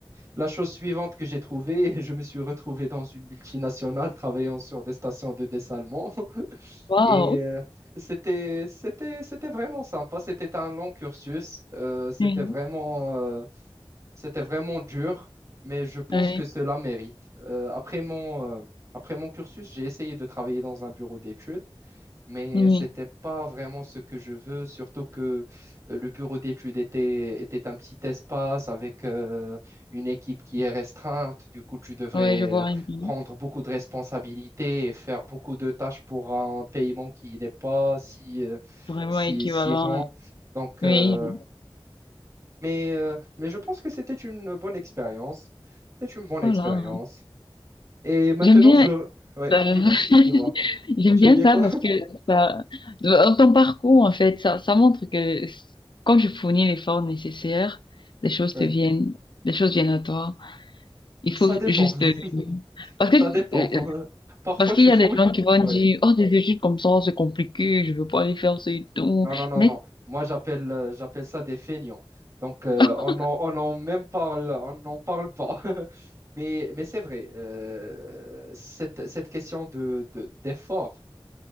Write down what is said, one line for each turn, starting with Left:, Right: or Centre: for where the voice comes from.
Right: la chose suivante que j'ai trouvée, <laughs> je me suis retrouvé dans une multinationale travaillant sur des stations de dessalement. <laughs>
Left: Wow.
Right: Et euh, c'était, c'était, c'était vraiment sympa. C'était un long cursus. Euh, c'était
Left: Oui.
Right: vraiment, euh, c'était vraiment dur, mais je pense
Left: Oui.
Right: que cela mérite. Euh, après mon, euh, après mon cursus, j'ai essayé de travailler dans un bureau d'études mais
Left: Oui,
Right: c'était pas vraiment ce que je veux, surtout que euh, le bureau d'études était, était un petit espace avec euh, une équipe qui est restreinte. Du coup, tu devrais
Left: ouais, je vois
Right: euh,
Left: un film
Right: prendre beaucoup de responsabilités et faire beaucoup de tâches pour un paiement qui n'est pas si, euh,
Left: vraiment
Right: si,
Left: équivalent.
Right: si grand.
Left: euh,
Right: Donc,
Left: Oui,
Right: euh, mais, euh, mais je pense que c'était une bonne expérience. C'était une bonne
Left: voilà.
Right: expérience. Et maintenant,
Left: J'aime bien,
Right: je... Ouais,
Left: euh,
Right: dis-moi,
Left: <laughs>
Right: dis-moi.
Left: j'aime
Right: J'aime
Left: bien
Right: bien
Left: ça
Right: quoi?
Left: parce que ça, euh, ton parcours, en fait, ça, ça montre que quand je fournis l'effort nécessaire, les choses
Right: Ouais.
Left: te viennent, les choses viennent à toi. Il
Right: Ça
Left: faut
Right: dépend.
Left: juste, euh,
Right: <laughs>
Left: parce que,
Right: Ça dépend.
Left: euh,
Right: <laughs> Parfois,
Left: parce qu'il
Right: tu
Left: y
Right: foules.
Left: a des gens qui vont
Right: Oui.
Left: dire, oh, des études comme ça, c'est compliqué, je veux pas aller faire ce et tout.
Right: Non, non, non,
Left: Mais,
Right: non. Moi, j'appelle euh, j'appelle ça des feignants. Donc, euh,
Left: <laughs>
Right: on n'en on en même parle, on n'en parle pas. <laughs> Mais, mais c'est vrai, euh, cette, cette question de, de- d'effort,